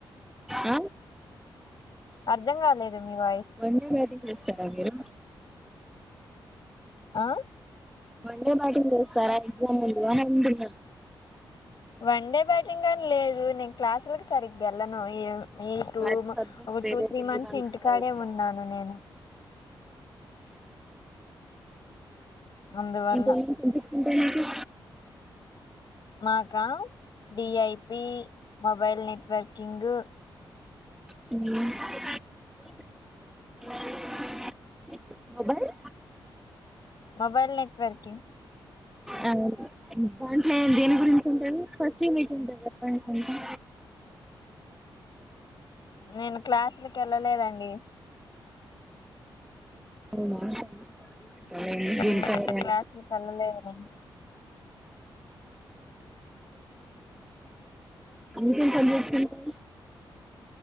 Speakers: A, in the centre; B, on the left.
A: ఆ
B: అర్ధం కాలేదు మీ వాయిస్
A: వన్డే బాటింగ్ చేస్తారా మీరు
B: ఆ
A: వన్డే బాటింగ్ చేస్తారా ఎక్సమ్ ముందు వారండుల
B: వన్ డే బ్యాటింగ్ అని లేదు నె క్లాసులకు సరిగ్గావేళ్లను ఈ టూ
A: మరి సబ్జెక్ట్
B: ఒక
A: పేరే
B: టూ త్రీ
A: తెలియదు
B: మంత్స్
A: అంటున్నారు
B: ఇంటికాడే
A: కదా
B: ఉన్నాను నేను అందువల్ల
A: ఇంకా ఏమ్ సబ్జక్ట్స్ ఉంటాయి మీకు
B: మాకా D I P mobile networking <inaudible>
A: um mobile
B: mobile networking
A: ఆ దాంట్ల ఎ దేని గురించి ఉంటది. ఫస్ట్ యూనిట్ ఉంటదా చెప్పండి కొంచం
B: నేను క్లాసులకి ఎళ్ళలేదండి
A: అవునా <inaudible> తయారయ్యాను
B: ఉమ్, క్లాసులకి వెళ్ళలేదు నేను
A: ఇంకేం సబ్జెక్ట్స్ ఉంటాయి.